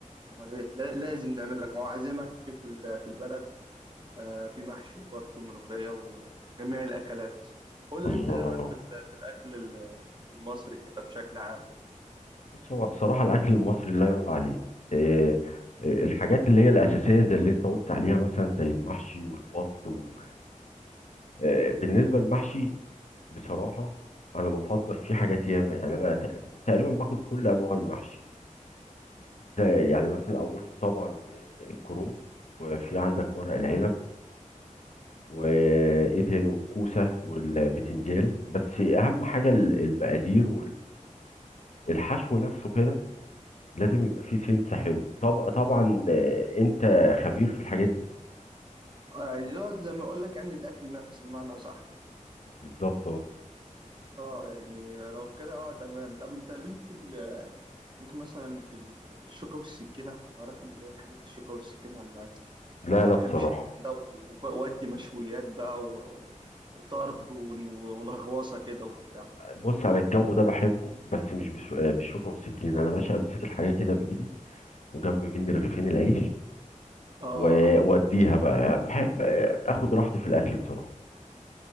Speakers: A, on the right; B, on the left.
A: أمال إيه لا- لازم نعمل لك وأعزمك في ال- في البلد آه، في محشي وبط وملوخية وجميع الأكلات قول
B: الله
A: لي أنت إيه رأيك في ال- في الأكل ال- المصري كده بشكل عام
B: بص هو بصراحة الاكل المصري لا يعلى عليه إيه الحاجات اللي هي الاساسية زي اللي انت قلت عليها مثلا زي المحشي والبط و... إيه بالنسبة للمحشي بصراحة انا بفضل فيه حاجات ياما يعني انا تق- تقريبا باكل كل انواع المحشي ده يعني مثلا اولهم طبعا الكرنب وفي عندك ورق العنب وايه تاني والكوسه والبتنجان بس اهم حاجه ال- المقادير والحشو نفسه كده لازم يبقى فيه سنس حلو طب طبعا آه، انت خبير في الحاجات دي
A: آه، يعني لو زي ما أقول لك يعني الأكل نفس بمعنى صح
B: بالظبط اه
A: أه يعني لو كده أه تمام طب أنت ليك في ال- ليك مثلا في الشوكة والسكينة حوارات اللي هي الحاجات الشوكة والسكينة انا
B: لا
A: ما
B: لا
A: بحبش
B: بصراحه
A: الكلام ده وخ- وادي مشويات بقى و... و- وطرب ون- ولغوصه كده وبتاع
B: بص انا الجو ده بحبه بس مش بش- آه، بالشوكه والسكين انا باشا امسك الحاجه كده بايدي وجنب مني رغيفين العيش
A: اه
B: ووديها بقى بحب آه، اخد راحتي في الاكل بصراحه